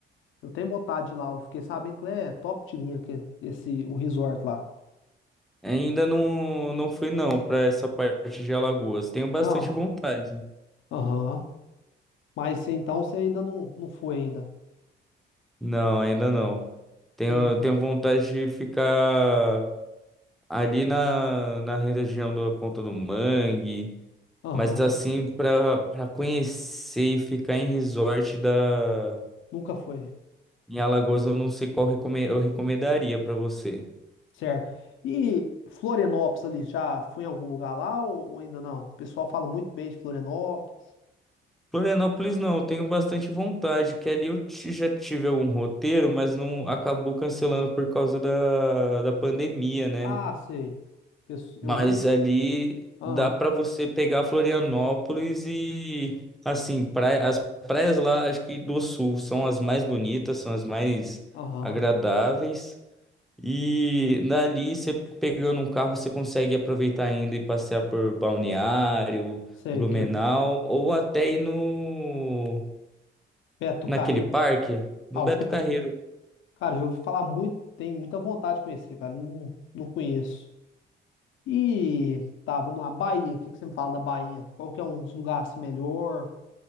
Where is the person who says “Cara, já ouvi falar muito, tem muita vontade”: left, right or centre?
Left